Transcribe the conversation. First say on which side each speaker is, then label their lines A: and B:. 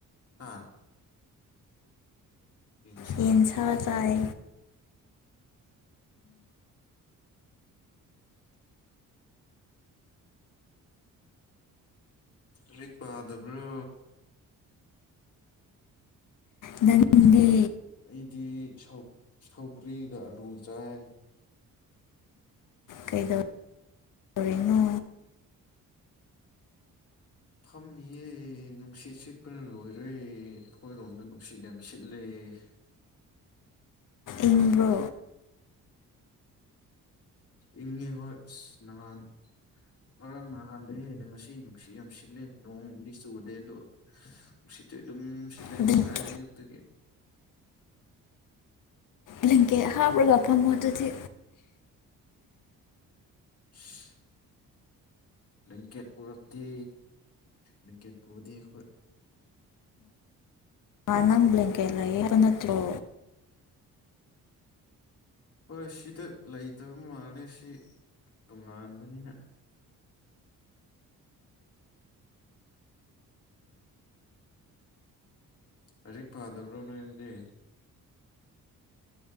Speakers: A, on the left (about 45°); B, on the left (about 65°).
A: ꯑꯥ ꯌꯦꯟꯁꯥ
B: ꯍꯟ ꯁꯥ ꯇꯥꯏ
A: ꯍꯧ ꯄ ꯑꯗꯨꯕ꯭ꯔꯣ
B: ꯅꯟꯗꯤ
A: ꯑꯩꯗꯤ ꯁꯧꯒ꯭ꯔꯤꯒ ꯑꯂꯨ ꯆꯥꯏ
B: ꯀꯩꯗꯗꯣꯔꯤꯅꯣ
A: ꯐꯝꯃꯤꯌꯦ ꯅꯨꯡꯁꯤꯠ ꯁꯤꯠꯄꯅ ꯂꯣꯏꯔꯦ ꯑꯩꯈꯣꯏꯔꯣꯝꯗ ꯅꯨꯡꯁꯤꯠ ꯌꯥꯝ ꯁꯤꯠꯂꯦ ꯀ
B: ꯏꯟ꯭ꯔꯣ
A: ꯏ ꯍꯣꯏ ꯁꯅꯍꯥꯟ ꯉꯔꯥꯡ ꯅꯍꯥꯟꯗꯒꯤ ꯍꯦꯟꯅ ꯉꯁꯤ ꯅꯨꯡꯁꯤꯠ ꯌꯥꯝ ꯁꯤꯠꯂꯦ ꯅꯣꯡꯗꯤ ꯆꯨꯗꯦ ꯑꯗꯣꯁꯤ ꯁꯤꯠꯇꯤ ꯑꯗꯨꯝ ꯁꯤꯠꯂꯦ
B: ꯕ꯭ꯂꯦꯡꯀꯦꯠ
A: ꯉꯁꯥꯏ ꯑꯌꯨꯛꯇꯒꯤ
B: ꯂꯦꯡꯀꯦ ꯍꯥꯕ꯭ꯔꯒꯐꯝ ꯃꯣ ꯑꯗꯨꯗꯤ
A: <unintelligible> ꯂꯤꯡꯀꯦꯠ ꯄꯨꯔꯛꯇꯗꯤ ꯂꯤꯡꯀꯦꯠ ꯄꯨꯗꯤ ꯑꯩꯈ
B: ꯃꯥꯅ ꯭ꯂꯒꯦ ꯂꯌꯦꯄꯅ ꯊ꯭ꯔꯣ
A: ꯍꯣꯏ ꯁꯤꯗ ꯂꯩꯇꯕ ꯃꯥꯜꯂꯦ ꯁꯤ ꯇꯣꯉꯥꯟꯕꯅꯤꯅ ꯑꯔꯤꯛ ꯄꯥꯗꯕ꯭ꯔꯣ ꯅꯌꯦꯡꯗꯤ